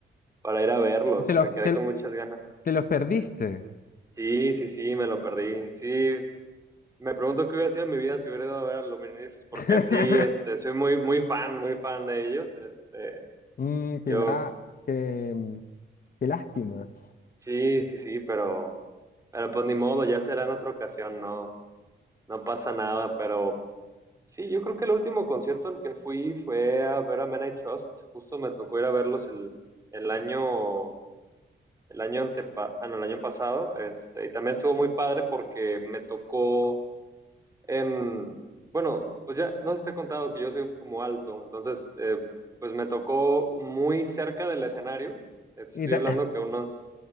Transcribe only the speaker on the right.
para ir a verlos
y me quedé
con muchas ganas.
Sí, sí, sí, me lo perdí. Sí, Me pregunto qué hubiera sido mi vida si hubiera ido a ver a Lumineers, porque
sí, este, soy muy, muy fan, muy fan de ellos. Este,
yo,
sí, sí, sí, pero, pero pues ni modo, ya será en otra ocasión, no, no pasa nada. Pero sí, yo creo que el último concierto al que fui fue a ver a Men I Trust. Justo me tocó ir a verlos el, el año, el año antepa, ah, no, el año pasado. Este, y también estuvo muy padre porque me tocó Em, bueno, pues ya no te he contado que yo soy como alto, entonces eh, pues me tocó muy cerca del escenario. Eh, te Estoy
hablando
que unos...